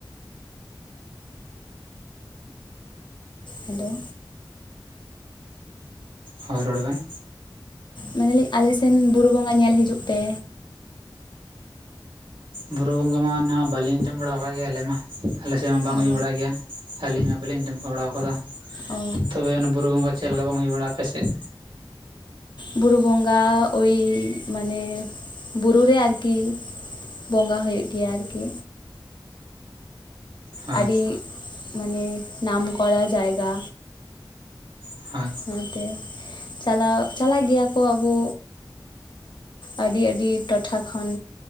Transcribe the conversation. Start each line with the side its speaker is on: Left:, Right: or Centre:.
Left: ᱦᱮᱞᱳ
Right: ᱦᱳᱭ ᱨᱚᱲ ᱵᱮᱱ᱾
Left: ᱢᱮᱱ ᱫᱟᱞᱤᱧ ᱟᱞᱮᱥᱱ ᱵᱩᱨᱩ ᱵᱚᱸᱜᱟ ᱧᱮᱞ ᱦᱤᱡᱩᱜ ᱯᱮ᱾
Right: ᱵᱩᱨᱩ ᱵᱚᱸᱜᱟ ᱢᱟ ᱚᱱᱟ ᱵᱟᱞᱤᱧ ᱟᱡᱚᱢ ᱵᱟᱲᱟ ᱠᱟᱜ ᱜᱮᱭᱟ ᱟᱞᱮ ᱢᱟ, ᱟᱞᱮ ᱥᱮᱫ ᱢᱟ ᱵᱟᱝ
Left: ᱚ
Right: ᱦᱩᱭ ᱵᱟᱲᱟᱜ ᱜᱮᱭᱟ᱾ ᱟᱹᱞᱤᱧ ᱢᱟ ᱵᱟᱞᱤᱧ <unintelligible> ᱵᱟᱲᱟ ᱟᱠᱟᱣᱫᱟ᱾
Left: ᱚ
Right: ᱛᱚᱵᱮ ᱚᱱᱟ ᱵᱩᱨᱩ ᱵᱚᱸᱜᱟ ᱪᱮᱫ ᱞᱮᱠᱟ ᱵᱟᱝ ᱦᱩᱭ ᱵᱟᱲᱟᱜᱼᱟ ᱟᱯ ᱥᱮᱫ?
Left: ᱵᱩᱨᱩ ᱵᱚᱸᱜᱟ ᱳᱭ ᱢᱟᱱᱮ ᱵᱩᱨᱩ ᱨᱮ ᱟᱨᱠᱤ ᱵᱚᱸᱜᱟ ᱦᱩᱭᱩᱜ ᱜᱮᱭᱟ ᱟᱨᱠᱤ᱾
Right: ᱦᱳᱭ
Left: ᱟᱹᱰᱤ ᱢᱟᱱᱮ ᱱᱟᱢᱠᱚᱨ ᱡᱟᱭᱜᱟ᱾
Right: <unintelligible>
Left: ᱵᱩᱨᱩ ᱛᱮ, ᱪᱟᱞᱟᱜ ᱪᱟᱞᱟᱜ ᱜᱮᱭᱟ ᱠᱚ ᱟᱵᱚ ᱟᱹᱰᱤ ᱟᱹᱰᱤ ᱴᱚᱴᱷᱟ ᱠᱷᱚᱱ